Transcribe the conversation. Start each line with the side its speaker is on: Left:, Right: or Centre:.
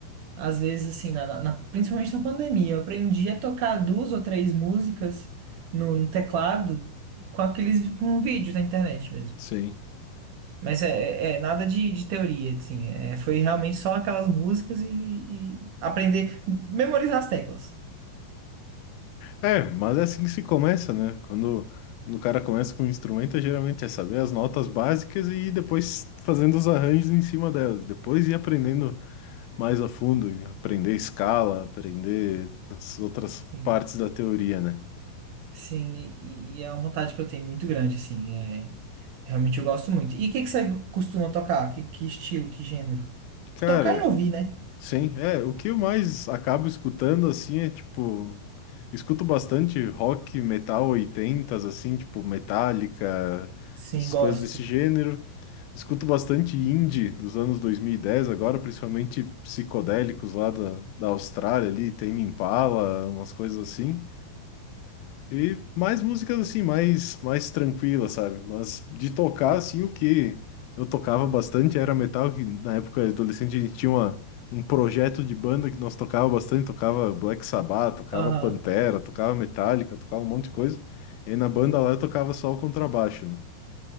Right: Às vezes, assim, na, na- principalmente na pandemia, eu aprendi a tocar duas ou três músicas no, no teclado com aqueles com vídeos na internet mesmo.
Left: sim.
Right: Mas é, é- é nada de, de teoria, assim. É, foi realmente só aquelas músicas e, e aprender, memorizar as teclas.
Left: É, mas é assim que se começa, né? Quando, quando o cara começa com um instrumento, é geralmente é saber as notas básicas e ir depois fazendo os arranjos em cima delas. Depois ir aprendendo mais a fundo, e aprender escala, aprender as outras
Right: Sim,
Left: partes da teoria, né?
Right: sim, e, e é uma vontade que eu tenho muito grande, assim. É, realmente eu gosto muito. E o que, que você costuma tocar? Que, que estilo, que gênero?
Left: Cara,
Right: Tocar e ouvir, né?
Left: sim, é, o que eu mais acabo escutando assim é tipo, escuto bastante rock, metal 80 assim, tipo Metallica,
Right: Sim,
Left: as
Right: gosto.
Left: coisas desse gênero. Escuto bastante indie dos anos 2010 agora, principalmente psicodélicos lá da, da Austrália ali, Tame Impala, umas coisas assim. E mais músicas assim, mais, mais tranquilas, sabe? Mas de tocar, assim, o que eu tocava bastante era metal, que na época adolescente a gente tinha uma, um projeto de banda que nós tocava bastante, tocava Black Sabbath, tocava
Right: Aham,
Left: Pantera, tocava Metallica, tocava um monte de coisa. E na banda lá eu tocava só o contrabaixo, né?